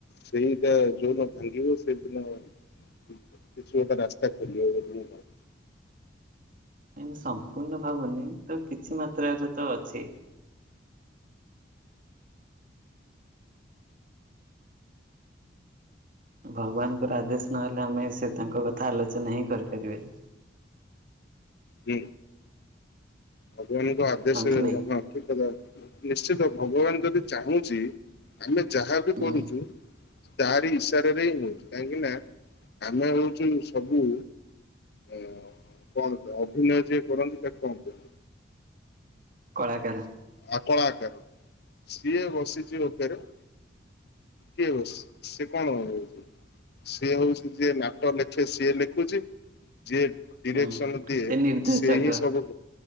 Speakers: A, on the left; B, on the right.
A: ସେଇଟା ଯୋଉଦିନ ଭାଙ୍ଗିବ ସେଦିନ କିଛି ଗୋଟେ ରାସ୍ତା ଖୋଲିବ ବୋଲି ମୁ
B: ନଁ ମୁଁ ସମ୍ପୂର୍ଣ୍ଣ ଭାବୁନି ତ କିଛି ମାତ୍ରାରେ ତ ଅଛି ଭଗବାନଙ୍କର ଆଦେଶ ନହେଲେ ଆମେ ସେ ତାଙ୍କ କଥା ଆଲୋଚନା ହିଁ କରିପାରିବେନି
A: ହୁଁ ଭଗବାନଙ୍କ ଆଦେଶ
B: ହଁ କି ନାଇଁ
A: ଆପଣ ଠିକ କଥା ନିଶ୍ଚିତ ଭଗବାନ ଯଦି ଚାହୁଁଛି ଆମେ ଯାହାବ
B: ହୁଁ
A: କରୁଛୁ ତାରି ଇଶାରରେ ହିଁ ହଉଛି କାହିଁକି ନା ଆମେ ହଉଛୁ ସବୁ ଅ କଣ ଅଭିନୟ ଯିଏ କରନ୍ତି ତାକୁ କଣ କୁହନ୍ତି
B: କଳାକାର
A: ଆକଳା ଆକାର ସିଏ ବସିଛି ଉପରେ କେ ବ ସେ କଣ ର ସିଏ ହଉଛି ଯିଏ ନାକ ଲେଖେ ସିଏ ଲେଖୁଛି ଯିଏ ଡିରେକ୍ସନ
B: ହୁଁ
A: ଦିଏ
B: ସେ ନିର୍ଦ୍ଦେଶକ
A: ସେ ହିଁ ସବୁ